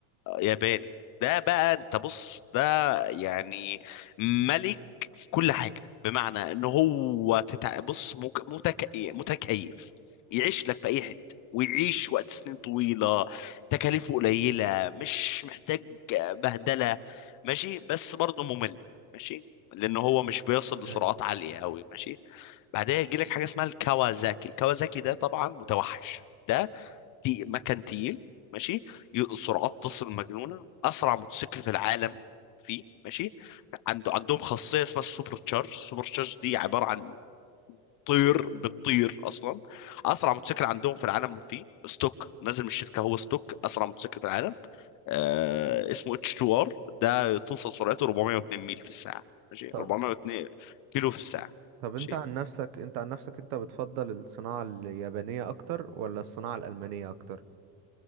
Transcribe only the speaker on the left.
ياباني ده بقى انت بص ده يعني ملك في كل حاجة بمعنى ان هو تتع... بص مك... متك... متكيف يعيش لك في اي حتة ويعيش
وقت سنين طويلة تكاليفه قليلة مش محتاج بهدلة ماشي بس برضه ممل ماشي لان هو مش بيصل
لسرعات عالية قوي ماشي بعدها يجي لك حاجة اسمها الكawasaki الكawasaki ده طبعا متوحش ده تي- مكن تقيل ماشي ي- سرعات تصل مجنونه اسرع موتوسيكل في العالم فيه ماشي عنده عندهم خاصيه اسمها السوبر تشارج السوبر تشارج دي عباره عن طير بتطير اصلا اسرع موتوسيكل عندهم في العالم وفيه ستوك نازل من الشركه هو ستوك اسرع موتوسيكل في العالم آه اسمه اتش 2 ار ده توصل سرعته 402 ميل في الساعه ماشي
402 كيلو في الساعه
ماشي